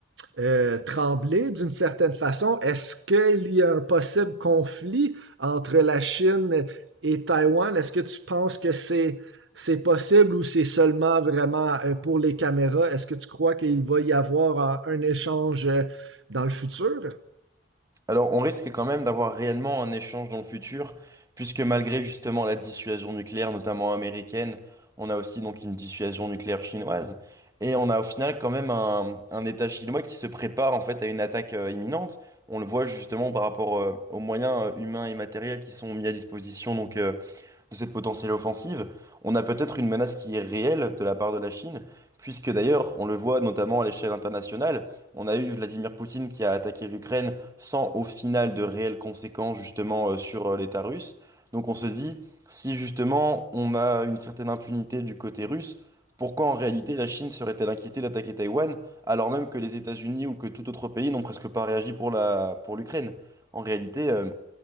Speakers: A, on the right (about 75°); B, on the right (about 20°).
A: euh, Tremblay, d'une certaine façon. Est-ce qu'il y a un possible conflit entre la Chine et Taïwan? Est-ce que tu penses que c'est c'est possible ou c'est seulement vraiment euh, pour les caméras? Est-ce que tu crois qu'il va y avoir un, un échange euh, dans le futur?
B: Alors, on risque quand même d'avoir réellement un échange dans le futur, puisque malgré justement la dissuasion nucléaire, notamment américaine, on a aussi donc une dissuasion nucléaire chinoise, et on a au final quand même un, un État chinois qui se prépare en fait à une attaque euh, imminente. On le voit justement par rapport euh, aux moyens euh, humains et matériels qui sont mis à disposition donc euh, de cette potentielle offensive, on a peut-être une menace qui est réelle de la part de la Chine, puisque d'ailleurs, on le voit notamment à l'échelle internationale, on a eu Vladimir Poutine qui a attaqué l'Ukraine sans au final de réelles conséquences justement euh, sur euh, l'État russe. Donc on se dit, si justement on a une certaine impunité du côté russe, pourquoi en réalité la Chine serait-elle inquiétée d'attaquer Taïwan, alors même que les États-Unis ou que tout autre pays n'ont presque pas réagi pour la, pour l'Ukraine? En réalité, euh,